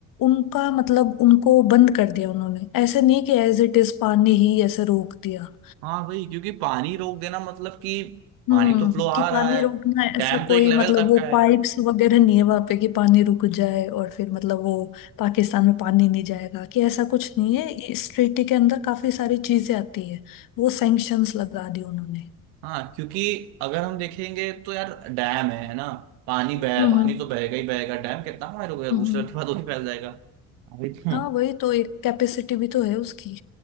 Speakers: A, on the left; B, on the right.
A: उनका मतलब उनको बंद कर दिया उन्होंने ऐसे नहीं कि एज इट इज पानी ही ऐसे रोक दिया
B: हाँ भाई क्योंकि पानी रोक देना मतलब कि
A: हम्म
B: पानी तो फ्लो आ
A: कि
B: रहा
A: पानी
B: है
A: रुकना है, ऐसा
B: डैम
A: कोई
B: तो एक लेवल
A: मतलब
B: तक
A: वो
B: का
A: पाइप्स
B: है
A: वगैरह नहीं है वहां पे कि पानी रुक जाए और फिर मतलब वो पाकिस्तान में पानी नहीं जाएगा कि ऐसा कुछ नहीं है ये इस treaty के अंदर काफी सारी चीजें आती है वो सैंक्शंस लगा दी उन्होंने
B: हाँ क्योंकि अगर हम देखेंगे तो यार डैम है है ना पानी बह
A: हम्म
B: पानी तो बहेगा ही बहेगा डैम कितना बार हो गया
A: हम्म
B: दूसरे के बाद वो भी फैल जाएगा अभी तो
A: हाँ वही तो एक कैपेसिटी भी तो है उसकी